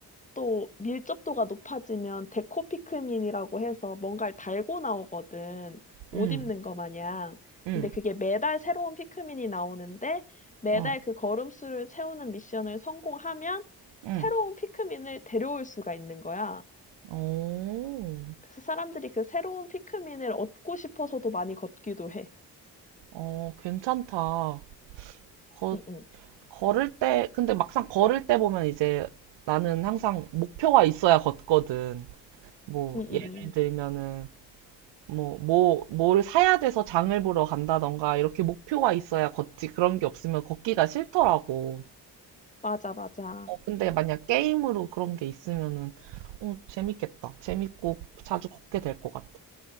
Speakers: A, on the left; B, on the right.
A: 또 밀접도가 높아지면 데코피크민이라고 해서 뭔가를 달고 나오거든. 옷
B: 응,
A: 입는 거 마냥.
B: 응,
A: 근데 그게 매달 새로운 피크민이 나오는데 매달
B: 어,
A: 그 걸음수를 채우는 미션을 성공하면
B: 응.
A: 새로운 피크민을 데려올 수가 있는 거야.
B: 오,
A: 그래서 사람들이 그 새로운 피크민을 얻고 싶어서도 많이 걷기도 해.
B: 어, 괜찮다. 거,
A: 응응.
B: 걸을 때, 근데 막상 걸을 때 보면 이제 나는 항상 목표가 있어야 걷거든. 뭐,
A: 응응응.
B: 예를 들면은, 뭐, 뭐, 뭘 사야 돼서 장을 보러 간다던가, 이렇게 목표가 있어야 걷지. 그런 게 없으면 걷기가 싫더라고.
A: 맞아, 맞아.
B: 어, 근데 만약 게임으로 그런 게 있으면은, 어, 재밌겠다. 재밌고 자주 걷게 될 것 같아.